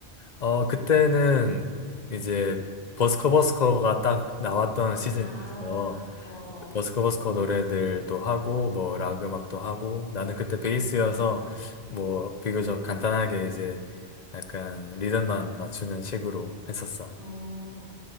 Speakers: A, on the left; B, on the left.
A: 어, 그때는 이제 버스커 버스커가 딱 나왔던
B: 아,
A: 시즌이라서
B: 어, 어.
A: 이제 버스커 버스커 노래들도 하고 뭐 락 음악도 하고 나는 그때 베이스여서
B: 음,
A: 뭐 비교적 간단하게 이제 약간 리듬만 맞추는 식으로 했었어.
B: 어.